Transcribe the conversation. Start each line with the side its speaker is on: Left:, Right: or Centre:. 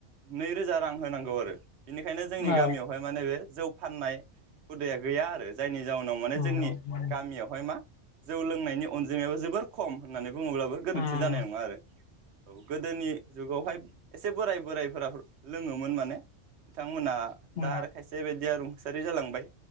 Right: नैरोजा रां होनांगौ आरो बेनिखायनो जोंनि
Left: औ
Right: गामियावहाय माने बे जौ फाननाय हुदाया गैया आरो जायनि जाहोनाव माने
Left: उम
Right: जोंनि
Left: उम
Right: गामियावहाय मा जौ लोंनायनि अनजि <unintelligible> जोबोर खम होननानै बुङोब्लाबो गोरोन्थि
Left: उम
Right: जानाय नङा आरो औ गोदोनि जुगावहाय एसे बोराय बोरायफोरा लोङोमोन माने बिथां बिथांथमोना दा
Left: उम
Right: आरो खायसे बायदि आरो थासारि जालांबाय